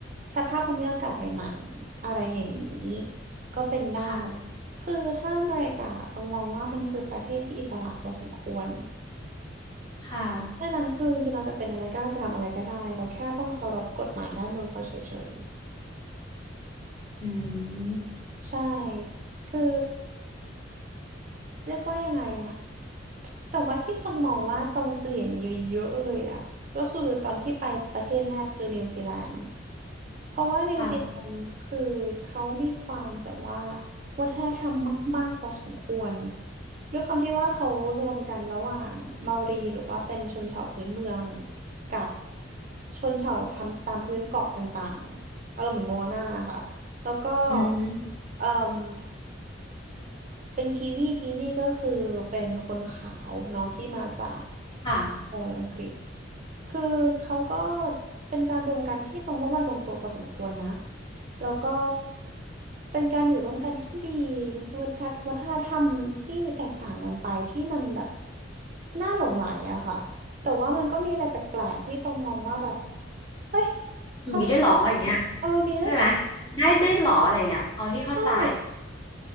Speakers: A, on the right; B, on the left.
A: สภาพภูมิอากาศใหม่ๆอะไรอย่างนี้ก็เป็นได้
B: ค่ะ
A: คือถ้าอเมริกาต้องมองว่ามันคือประเทศที่อิสระพอสมควร
B: ค่ะ
A: ดังนั้นคือจริงๆเราจะเป็นอะไรก็ได้จะทำอะไรก็ได้เราแค่ต้องเคารพกฎหมายบ้านเมืองเขาเฉย
B: อืม
A: ๆใช่คือเรียกว่ายังไงอะแต่ว่าที่ต้องมองว่าต้องเปลี่ยนเยอะๆเลยอะก็คือตอนที่ไปประเทศแรกคือนิวซีแลนด์ เพราะว่านิวซีแลนด์คือเขามีความแบบว่า
B: ค่ะ
A: วัฒนธรรมมากๆพอสมควรด้วยความที่ว่าเขารวมกันระหว่างเมารีหรือว่าเป็นชนเผ่าพื้นเมืองกับชนเผ่าพันธุ์ตามพื้นเกาะต่างๆอารมณ์เหมือนโมอานาค่ะแล้วก็
B: อืม
A: เอ่มเป็นกีวีกีวีก็คือเป็นคนขาวเนาะที่มาจาก
B: ค่ะ
A: เอ่ออังกฤษ คือเขาก็เป็นการรวมกันที่ตรงว่ามันลงตัวพอสมควรนะแล้วก็เป็นการอยู่ร่วมกันที่ดีมีวัฒนวัฒนธรรมที่แตกต่างกันไปที่มันแบบน่าหลงใหลอะค่ะแต่ว่ามันก็มีอะไรแปลกๆที่ตรงมองว่าแบบเฮ้ยเขาทำแบบนี้เหรอเออมีด้วยเหรอ
B: อย่างนี้ได้หรออย่างเงี้ยใช่ไหม ได้ได้หรออะไรอย่างเงี้ยอ๋อพี่เข้าใจ
A: ใช่